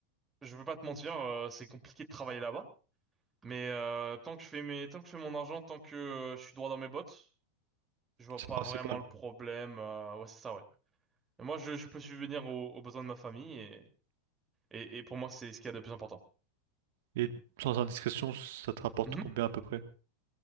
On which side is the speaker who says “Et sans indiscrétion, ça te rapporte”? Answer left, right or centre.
Right